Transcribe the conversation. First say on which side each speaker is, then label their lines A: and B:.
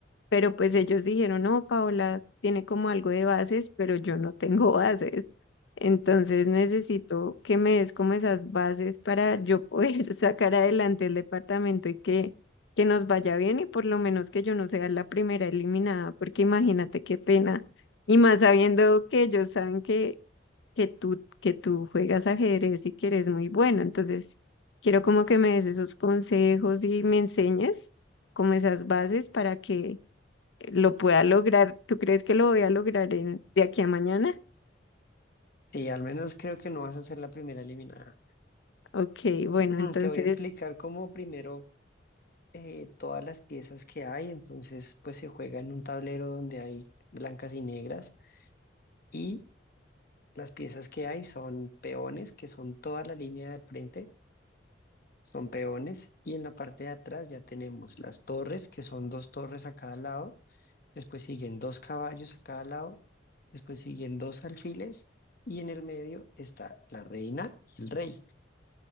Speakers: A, on the left (about 75°); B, on the left (about 50°).
A: pero pues ellos dijeron, no, Paola tiene como algo de bases, pero yo no tengo <laughs> bases, entonces necesito que me des como esas bases para yo poder <laughs> sacar adelante el departamento y que, que nos vaya bien y por lo menos que yo no sea la primera eliminada, porque imagínate qué pena. Y más sabiendo que ellos saben que que tú, que tú juegas ajedrez y que eres muy bueno. Entonces, quiero como que me des esos consejos y me enseñes como esas bases para que lo pueda lograr. ¿Tú crees que lo voy a lograr en, de aquí a mañana?
B: Sí, al menos creo que no vas a ser la primera eliminada.
A: Ok, bueno,
B: <clears throat>
A: entonces,
B: Te voy a explicar cómo primero eh, todas las piezas que hay, entonces pues se juega en un tablero donde hay blancas y negras y las piezas que hay son peones, que son toda la línea del frente, son peones y en la parte de atrás ya tenemos las torres, que son dos torres a cada lado después siguen dos caballos a cada lado, después siguen dos alfiles y en el medio está la reina y el rey.